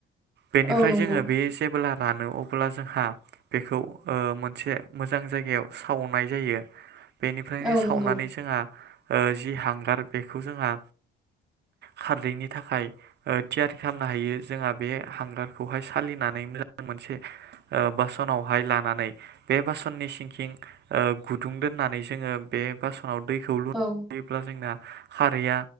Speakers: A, on the right (about 55°); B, in the centre.
A: बेनिफ्राय
B: औ नंगौ
A: जोङो बे एसे जेब्ला रानो अब्ला जोंहा बेखौ ओ मोनसे मोजां जायगायाव सावनाय जायो बेनिफ्रायनो
B: औ
A: सावनानै
B: नंगौ
A: जोंङा ओ जि हांगार बेखौ जोंहा खारदैनि थाखाय ओइ थियारि खालामनो हायो जोंहा बे हांगारखौहाय सालिनानै मोजां मोनसे ओ बासनावहाय लानानै बे बासननि सिंखिं ओ गुदुं दोननानै जोङो बे बासन दानाव दैखौ लुयोब्ला
B: औ
A: जोंना खारैया